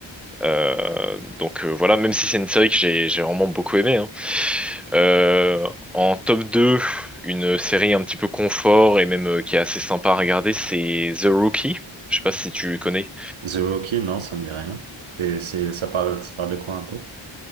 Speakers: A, in the centre; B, on the right.
A: Euh, donc euh, voilà, même si c'est une série que j'ai j'ai vraiment beaucoup aimé hein. Euh, en top 2 une série un petit peu confort et même euh, qui est assez sympa à regarder, c'est The Rookie. Je sais pas si tu connais.
B: The Rookie, non, ça me dit rien. Et c'est, ça parle, ça parle de quoi un peu?